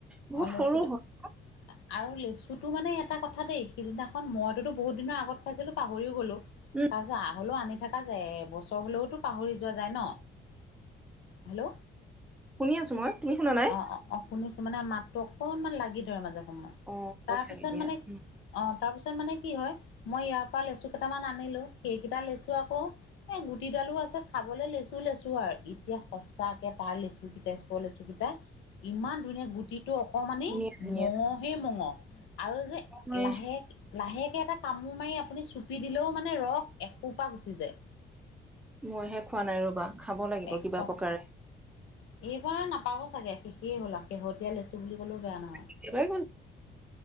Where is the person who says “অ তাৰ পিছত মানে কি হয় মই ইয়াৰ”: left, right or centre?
Left